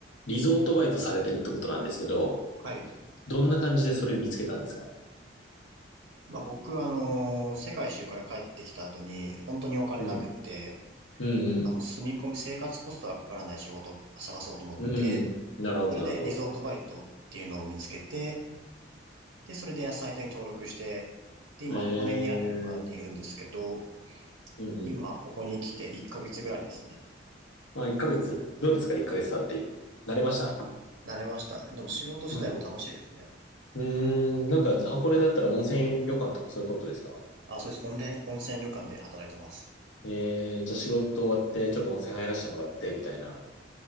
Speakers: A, on the left; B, on the right.
A: リゾートバイトされてるってことなんですけど、
B: はい。
A: どんな感じでそれ見つけたんですか
B: まあ僕、あのー世界一周から帰ってきた後に、本当にお金なくって、
A: うん。うん
B: あの、住み込み、生活コストがかからない仕事を探そうと思って、
A: うん。うん。なるほど、
B: それでリゾートバイトっていうのを見つけて、
A: なるほど。
B: で、それでサイトに登録して、で、今箱根にある旅館にいるんですけど、
A: ええうんうん。
B: 今ここに来て1ヶ月ぐらいですね。
A: まあ、1ヶ月。どうですか ?1 ヶ月経って。慣れました
B: 慣れました。でも仕事自体も楽しいですね。
A: うん。うーん。なんか、箱根だったら温泉旅館とかそういうことですか
B: あ、そうです。温泉、温泉旅館で働いてます。
A: ええじゃあ仕事終わって、ちょっと温泉入らせてもらって、みたいな。